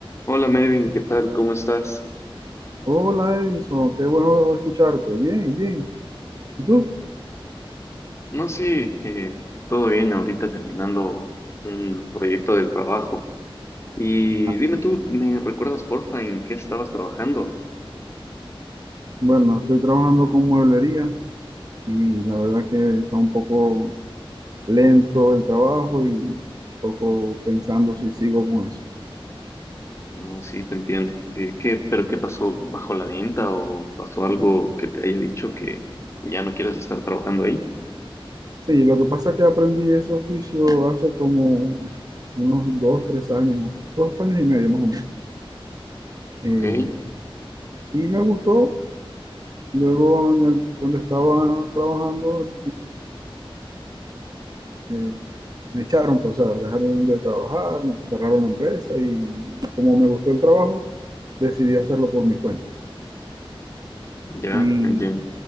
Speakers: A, on the left (about 30°); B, on the right (about 40°).
A: Hola Melvin, ¿qué tal? ¿Cómo estás?
B: Hola Edison, qué bueno escucharte. Bien, bien. ¿Y tú?
A: No, sí, eh, todo bien, ahorita terminando un proyecto del trabajo. Y
B: Ah,
A: dime tú, ¿me recuerdas porfa en qué estabas trabajando?
B: Bueno, estoy trabajando con mueblería y la verdad que está un poco lento el trabajo y un poco pensando si sigo con eso.
A: No, sí, te entiendo. Eh, ¿qué, pero qué pasó bajo la venta o pasó algo que te haya dicho que ya no quieres estar trabajando ahí?
B: Sí, lo que pasa es que aprendí ese oficio hace como unos dos, tres años, dos años y medio más o menos. Eh,
A: Ok,
B: y me gustó. Luego, en el- donde estaba trabajando, Eh, me echaron, pues, o sea, dejaron de trabajar, no- cerraron la empresa y como me gustó el trabajo, decidí hacerlo por mi cuenta.
A: ya,
B: Y,
A: entiendo.